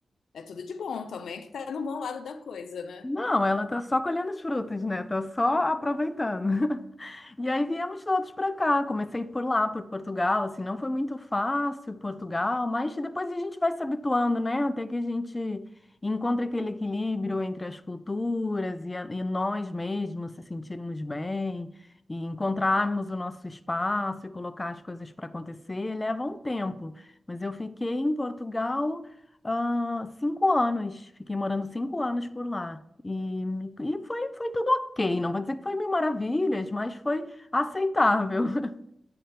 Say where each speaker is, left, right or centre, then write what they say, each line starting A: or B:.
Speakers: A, on the left; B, on the left.
A: É tudo de bom, também que tá no bom lado da coisa, né?
B: Não, ela está só colhendo os frutos, né? Está só aproveitando. <laughs> E aí viemos todos para cá. Comecei por lá, por Portugal, assim, não foi muito fácil Portugal, mas depois a gente vai se habituando, né? Até que a gente encontra aquele equilíbrio entre as culturas e, a- e nós mesmos se sentirmos bem e encontrarmos o nosso espaço e colocar as coisas para acontecer. Leva um tempo, mas eu fiquei em Portugal, ah, cinco anos. Fiquei morando cinco anos por lá. E, e foi, foi tudo ok. Não vou dizer que foi mil maravilhas, mas foi Aceitável. <laughs>